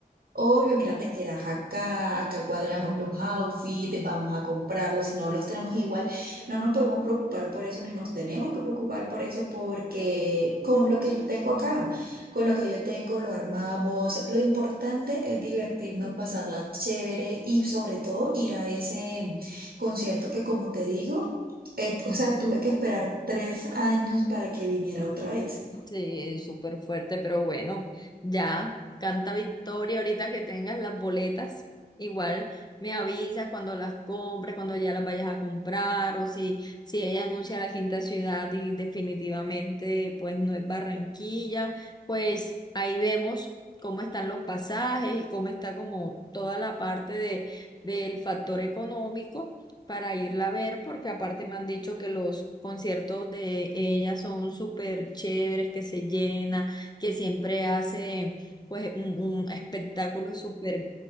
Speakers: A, on the right; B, on the left.
A: Obvio, mira, te quedas acá, acá cuadramos los outfits, vamos a comprarlos, si no los tenemos igual, no nos podemos preocupar por eso, ni nos tenemos que preocupar por eso, porque con lo que yo tengo acá, con lo que yo tengo, lo armamos. Lo importante es divertirnos, pasarla chévere y sobre todo ir a ese concierto que, como te digo, eh, o sea, tuve que esperar tres años para que viniera otra vez.
B: Sí, súper fuerte, pero bueno, ya canta victoria ahorita que tengas las boletas. Igual me avisas cuando las compres, cuando ya las vayas a comprar o si, si ella anuncia la quinta ciudad y definitivamente pues no es Barranquilla, pues ahí vemos cómo están los pasajes y cómo está como toda la parte de, del factor económico para irla a ver, porque aparte me han dicho que los conciertos de ella son súper chéveres, que se llena, que siempre hace pues un, un espectáculo súper